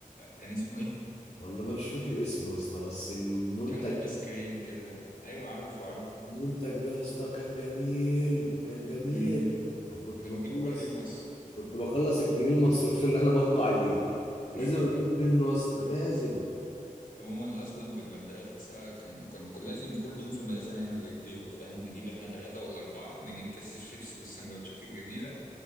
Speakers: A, on the left; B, on the left.
A: كان اسمه ايه
B: والله ما مش فاكر اسمه يا اسطى بس المنتج
A: شبه البيس كريم كده ايوه عارفه عارفه
B: المنتج ده يا اسطى كان جميل كان جميل
A: امم
B: انا كنت
A: كنا
B: بخلص
A: بنجيبه كل يوم اصلا
B: كنت بخلص الجنيه المصروف اللي انا باخده عليه
A: <laughs>
B: لازم اجيب منه يا اسطى لازم
A: عموما اصلا في المدرسه كان كان كل- لازم كل يوم في المدرسه نعمل غديوه فاهم نجيب احنا ثلاثه ولا اربعه نجيب كيس الشيبسي والسندوتشات الجميله